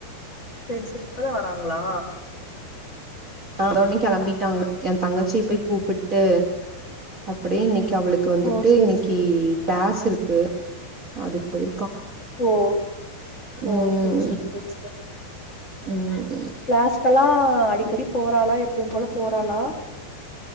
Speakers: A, on the left; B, on the right.
A: செரி செரி இப்பதா வராங்ளா
B: வந்தவுனே கெளம்பிட்டாங்க என் தங்கச்சிய போய் கூப்பிட்டு அப்படியே நிக் அவளுக்கு வந்துட்டு
A: ஓ சேரி
B: இன்னிக்கி
A: சேரி
B: கிளாஸ் இருக்கு அதுக்கு போய்
A: ஓ ஓ
B: ம்
A: செரி செரி செரி செரி
B: ம்
A: கிளாஸ்கல்லா அடிக்கடி போ றாளா எப்பயும் போல போறாளா